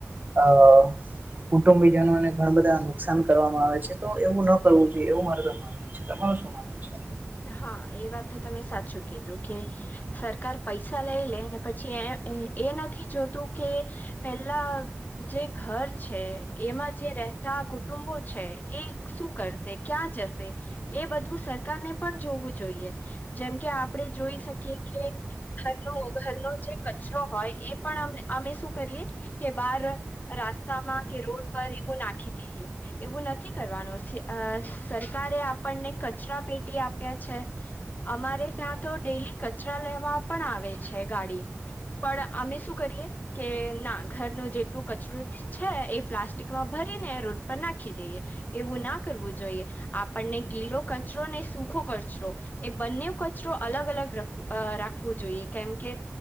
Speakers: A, on the right; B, on the left.
A: હ કુટુંબીજનોને ઘણ બધા નુકસાન કરવામાં આવે છે તો એવું ન કરવું જોઈએ એવું મારે મા તમારું શું માનવું છે
B: હા એ વાત તો તમે સાચું કીધું કે સરકાર પૈસા લઈ લે ને પછી એ એ નથી જોતું કે પેલા જે ઘર છે એમાં જે રહેતા કુટુંબો છે એ શું કરશે ક્યાં જશે એ બધું સરકારને પણ જોવું જોઈએ જેમ કે આપડે જોઈ શકીએ કે ઘરનો ઘરનો જે કચરો હોય એ પણ અમ અમે શું કરીએ કે બાર રાસ્તામાં કે રોડ પર એવું નાખી દઈએ. એવું નથી કરવાનું. સે અહ સરકારે આપણને કચરા પેટી આપ તે છે. અમારે ત્યાં તો ડેલી કચરા લેવા પણ આવે છે ગાડી. પણ અમે શું કરીએ કે ના ઘરનું જેટલું કચરું છે એ પ્લાસ્ટિકમાં ભરીને રોડ પર નાખી દઈએ. એવું ના કરવું જોઈએ આપણને ગીલો કચરો ને શું ખો કચરો એ બંને કચરો અલગ અલગ રખ અહ રાખવું જોઈએ કેમ કે